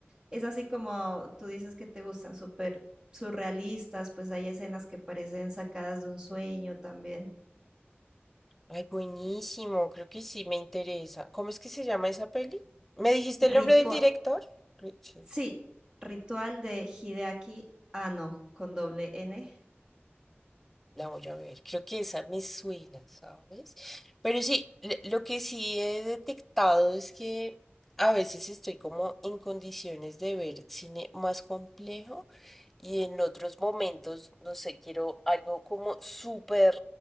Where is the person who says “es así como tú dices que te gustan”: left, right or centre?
Right